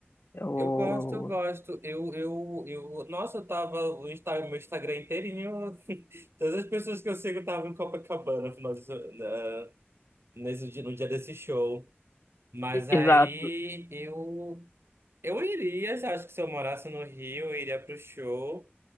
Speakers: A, on the left; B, on the right.
A: eu...
B: Eu gosto, eu gosto. Eu, eu, eu, nossa, eu tava o Insta- meu Instagram inteirinho. <laughs> Todas as pessoas que eu sigo estavam em Copacabana no final desse- na- nesse dia, no dia desse show. Mas
A: e-
B: aí
A: Exato.
B: eu, eu iria, acho que se eu morasse no Rio, eu iria pro show.